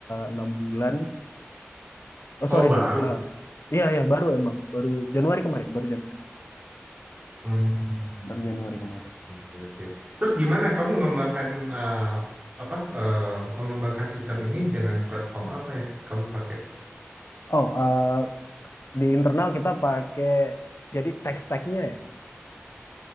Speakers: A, on the left; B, on the right.
A: enam bulan. Oh
B: Oh
A: sorry
B: baru.
A: sorry. Eh, iya iya baru emang baru Januari kemarin, baru Januari,
B: Hmm.
A: baru Januari kemarin.
B: Oke, oke. Terus gimana kamu mengembangkan eh, apa eh, mengembangkan sistem ini dengan platform apa ya kamu pakai?
A: Oh, eh, di internal kita pakai jadi text tagnya ya